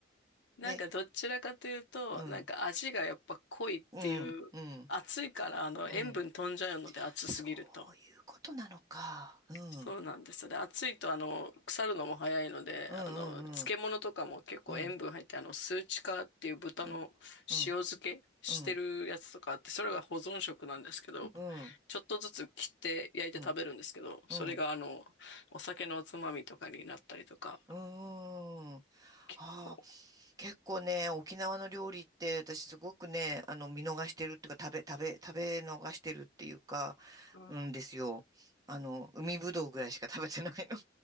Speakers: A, on the left (about 75°); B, on the right (about 20°).
A: なんかどちらかというと、
B: で、うん。
A: なんか味がやっぱ濃いっていう、
B: うん。うん。
A: 暑いからあの塩分飛んじゃうので暑すぎると。
B: うん。そういうことなのか。うん。
A: そうなんですよ。で、暑いとあの腐るのも早いので、
B: うん
A: あの漬物とかも結構塩分入って、
B: うんうんう
A: あのスーチカーっていう豚の
B: んうん
A: 塩漬けしてるやつとかあって、
B: うんうん
A: それが保存食なんですけど、
B: うん
A: ちょっとずつ切って焼いて食べるんですけど、
B: うん
A: それがあのお酒のおつまみとかになったりとか、
B: うんうんあ
A: 結構、
B: あー結構ね沖縄の料理って私すごくねあの見逃してるっていうか食べ食べ食べ逃してるっていうか
A: うん
B: うんですよあの海ぶどうぐらいしか食べてないの